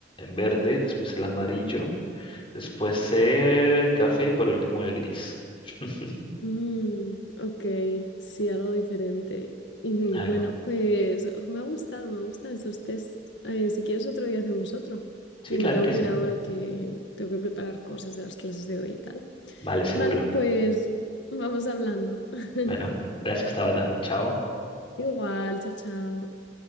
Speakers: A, on the left; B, on the left.
A: verde, después el amarillo, después el café y por último el gris. <laughs>
B: Mm, ok, sí, algo diferente. Y
A: Algo.
B: bueno, pues oh, me ha gustado, me gustan estos test. Eh, si quieres otro día hacemos otro,
A: Sí,
B: que
A: claro
B: me tengo
A: que
B: que
A: sí.
B: ir ahora que tengo que preparar cosas de las clases de hoy y tal.
A: Vale, seguro.
B: Vale, pues vamos hablando. <laughs>
A: Bueno, gracias, Tabata. Chao.
B: Igual, chao, chao.